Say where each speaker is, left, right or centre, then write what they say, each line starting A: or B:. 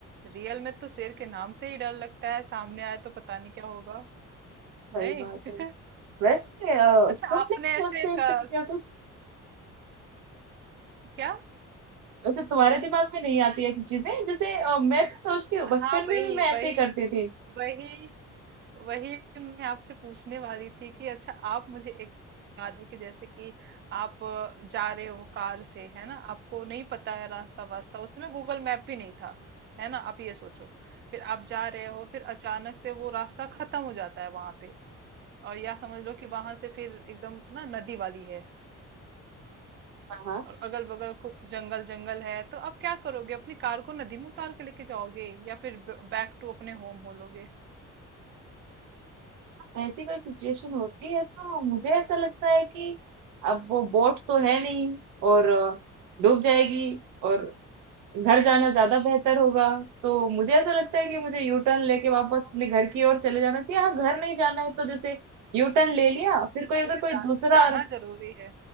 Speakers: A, on the right; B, on the right.
A: रियल में तो शेर के नाम से ही डर लगता है सामने आया तो पता नहीं क्या होगा
B: सही
A: नहीं
B: बात
A: <laughs>
B: है वैसे अ,
A: अच्छा
B: तुम
A: आपने
B: नहीं सोचते
A: ऐसे
B: इस
A: क-
B: तरीके का कुछ
A: क्या
B: वैसे तुम्हारे दिमाग में नहीं आती ऐसी चीजें जैसे अ, मैं तो सोचती हूँ बचपन
A: हाँ वही
B: में भी मैं ऐसे
A: वही
B: ही करती थी
A: वही वही मैं आपसे पूछने वाली थी कि अच्छा आप मुझे एक बात है कि जैसे कि आप अ, जा रहे हो कार से है ना आपको नहीं पता है रास्ता वास्ता उसमें गूगल मैप भी नहीं था है ना आप ये सोचो फिर आप जा रहे हो फिर अचानक से वो रास्ता खत्म हो जाता है वहां पे और या समझ लो कि वहां से फिर एकदम ना नदी वाली है
B: हाँ
A: और अगल बगल खूब जंगल जंगल है तो आप क्या करोगे अपनी कार को नदी में उतार के लेके जाओगे या फिर बैक टू अपने होम हो लोगे
B: ऐसी कोई सिचुएशन होती है तो मुझे ऐसा लगता है कि अब वो बोट तो है नहीं और अ, डूब जाएगी और घर जाना ज्यादा बेहतर होगा तो मुझे ऐसा लगता है कि मुझे यू टर्न लेके वापस अपने घर की ओर चले जाना चाहिए हाँ घर नहीं जाना है तो जैसे यू टर्न ले लिया फिर कोई
A: हाँ,
B: अगर
A: जैसे
B: कोई
A: जा,
B: दूसरा
A: जाना जरूरी है